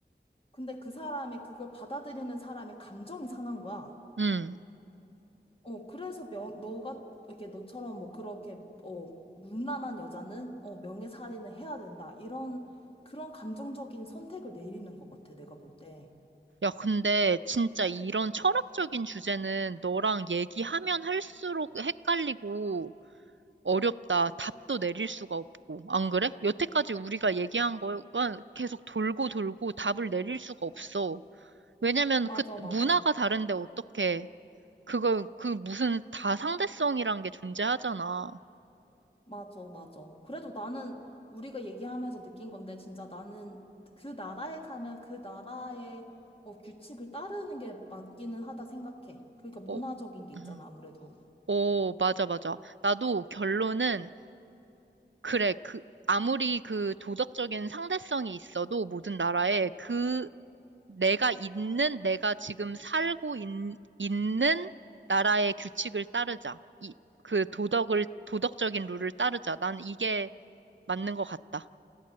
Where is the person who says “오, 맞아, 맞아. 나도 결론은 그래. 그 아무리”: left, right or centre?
Right